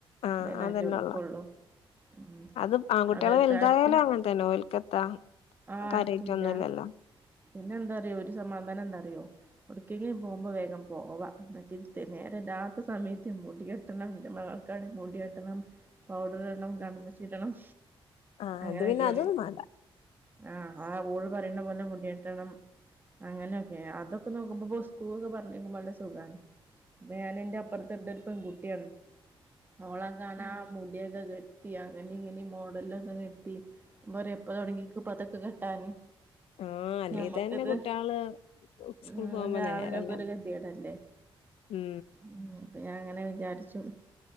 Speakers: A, on the left (about 80°); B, on the right (about 20°).
A: ആഹ
B: ഇതന്നെല്ലേ
A: അതന്നെ
B: ഓൽക്കൊള്ളൂ
A: ഒള്ള
B: ഉം
A: അത് ആൺകുട്ടികള്
B: അതേ
A: വലുതായാലും
B: സ്ഥാനത്ത്
A: അങ്ങനെ തന്നെ ഓലക്ക് എന്താ
B: ആഹ്
A: കാര്യൊക്ക
B: എത്തൂല്ല
A: ഒന്നും ഇല്ലല്ലോ
B: പിന്നെ എന്താറിയോ ഒരു സമാധാനം എന്താറിയോ ഒടുക്കെങ്കും പോകുമ്പോൾ വേഗം പോവാ മറ്റേ നേരെ രാത് ഇ സമയത്ത് മുടി കെട്ടണം മൾക്കാണ് മുടി കെട്ടണം പൗഡർ ഇടണം കണ്മഷി ഇടണം
A: ആഹ്
B: അങ്ങനെയൊക്കെയാണ്
A: അത് പിന്നെ അതൊന്നും വേണ്ട
B: ആഹ് ഓള് പറയുന്ന പോലെ മുടി കെട്ടണം അങ്ങനെയൊക്കെ അതൊക്കെ നോക്കുമ്പോ സ്കൂ ക് ഒക്കെ പറഞ്ഞേക്കമ്പോ നല്ല സുഖമാണ് ഞാന് എന്റെ അപ്പറത്ത് ഒണ്ട് ഒരു പെൺകുട്ടിയാണ് ഓളെ കാണാ മുടിയൊക്കെ കെ ട്ടി അങ്ങനെ ഇങ്ങനെ മോഡലൊക്കെ കിട്ടി പറ എപ്പ തുടങ്ങി അതൊക്ക കെട്ടാന്
A: ആഹ അല്ലേ
B: ഞമ്മക്കിത്
A: തന്നെ കുട്ടികള്
B: ഉം
A: സ്കൂൾ പോകുമ്പോ
B: രാവിലൊക്കെ
A: നേരെല്ലന്ന്
B: ഒരു ഗതികേടല്ലേ
A: ഉം
B: ഉം അപ്പൊ ഞാൻ അങ്ങനെ വിചാരിച്ചു